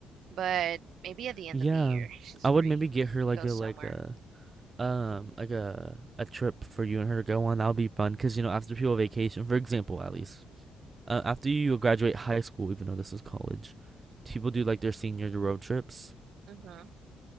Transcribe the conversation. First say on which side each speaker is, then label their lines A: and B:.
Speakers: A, on the right; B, on the right.
A: but maybe at the end
B: Yeah.
A: of the year <laughs> she's
B: I
A: free.
B: would maybe get
A: We
B: her
A: can
B: like
A: go
B: a
A: somewhere.
B: like a um like a a trip for you and her to go on. That would be fun because you know after people vacation, for example, at least uh, after you graduate high school, even though this is college, people do like their senior road trips.
A: Mm-hmm.